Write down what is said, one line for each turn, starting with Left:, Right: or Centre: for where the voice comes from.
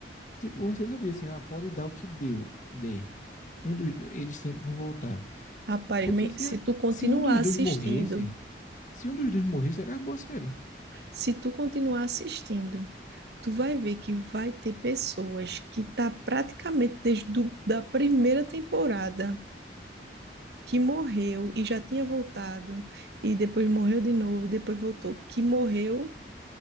Left: Tipo, você sabia assim, ah, pode dar o que deu, dê. Um dos, eles sempre vão voltar.
Right: Rapaz,
Left: Porque
Right: me-
Left: se,
Right: se
Left: a-
Right: tu continuar
Left: se um dos dois
Right: assistindo.
Left: morresse, se um dos dois morresse, acabou a série.
Right: Se tu continuar assistindo, tu vai ver que vai ter pessoas que tá praticamente desde do, da primeira temporada que morreu e já tinha voltado e depois morreu de novo e depois voltou, que morreu